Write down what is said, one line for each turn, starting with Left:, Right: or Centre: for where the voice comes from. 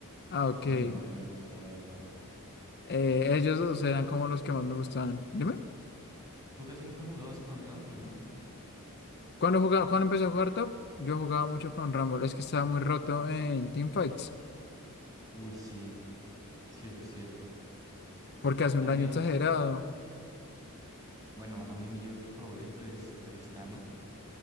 Left: Ah, ok.
Right: Bueno, bueno, está bueno el Rumble.
Left: Eh, ellos dos
Right: Pero
Left: eran
Right: tú, no,
Left: como los que más me gustaban. Dime,
Right: tú casi nunca jugabas con Rumble, ¿no?
Left: cuando jugaba, cuando empecé a jugar Top, yo jugaba mucho con Rumble. Es que estaba muy roto en Teamfights,
Right: Uy, sí, sí, eso es cierto.
Left: porque hace
Right: También
Left: un daño exagerado.
Right: Rumble, bueno, a mí mi Yordle favorito es Tristana,